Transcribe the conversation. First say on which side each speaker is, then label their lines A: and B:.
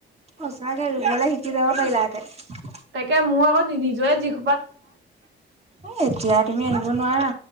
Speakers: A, on the right (about 30°); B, on the right (about 80°).
A: সঁচাকে ৰুবলৈ শিকি যাব পাৰিলাহেঁতে।
B: তাকে মোৰ আকৌ নি নিজৱে যি
A: এ এতিয়া তুমি আহিব নোৱাৰা।